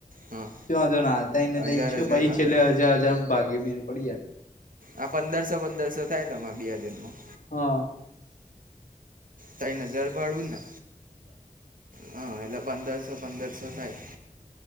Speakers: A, on the right; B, on the left.
A: હા
B: તો વાંધો ન આવે, તૈયાંન ને તૈયાંન
A: હજાર
B: છ
A: હજાર
B: ભાઈ
A: આવે
B: છેલ્લે
A: ને
B: હજાર હજાર ભાગી મેલ પડી જાય.
A: આ પંદરસો પંદરસો થાય તમારા બે હાજરમાં.
B: હા.
A: તૈયાંન હજાર ભળુંને હા, એટલે પંદરસો પંદરસો થાય.